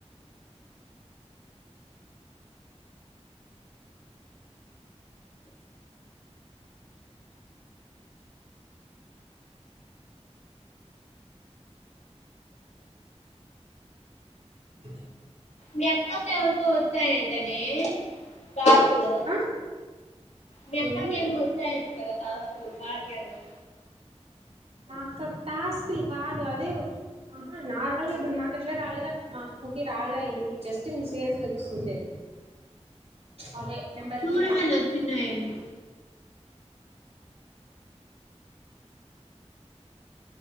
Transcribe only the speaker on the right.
ద
ఆ
ఏంది
మా అక్కకు టాస్క్లు కాదు అదే వ అ. హా నార్మల్గా ఇప్పుడు మాకు ఎట్లా రాలేదొఅట్ల మాఅక్కకి రాలే అయింది జస్ట్ న సేల్స్ వస్తుండె అదే నెంబర్కి
హై